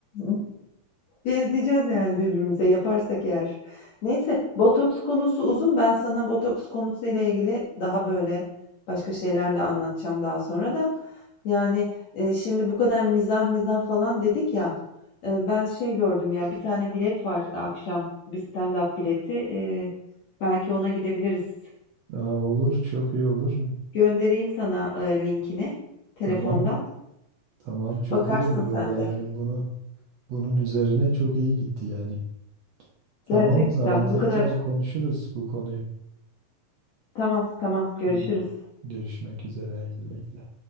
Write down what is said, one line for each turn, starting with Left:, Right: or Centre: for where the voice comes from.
Left: <laughs> benzeyeceğiz yani birbirimize yaparsak eğer. Neyse botoks konusu uzun. Ben sana botoks konusuyla ilgili daha böyle başka şeyler de anlatacağım daha sonra da. Yani e, şimdi bu kadar mizah mizah falan dedik ya. E, ben şey gördüm ya bir tane bilet var akşam. Bir stand-up bileti. E, belki ona gidebiliriz.
Right: Aa, olur çok iyi olur.
Left: Göndereyim sana, eee, linkini telefondan.
Right: Tamam tamam çok
Left: Bakarsın
Right: iyi olur
Left: sen
Right: vallahi
Left: de.
Right: yani bunu bunun üzerine çok iyi gitti yani. Tamam
Left: Gerçekten
Right: o zaman tekrar
Left: bu kadar.
Right: konuşuruz bu konuyu.
Left: Tamam, tamam. Görüşürüz.
Right: Hmm. Görüşmek üzere. Güle güle.